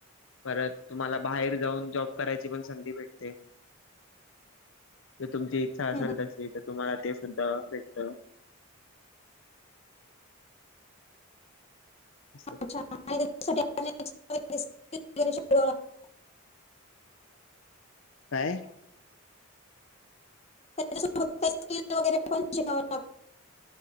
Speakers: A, on the left; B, on the left.
A: परत तुम्हाला बाहेर जाऊन जॉब करायची पण संधी भेटते. जर तुमची इच्छा असेल
B: हं, हं.
A: तशी तर तुम्हाला ते सुद्धा भेटत. असं.
B: अच्छा आणि त्या <inaudible>
A: काय.
B: त्याच्यासोबत काही स्किल वगैरे पण शिकावं लागतं.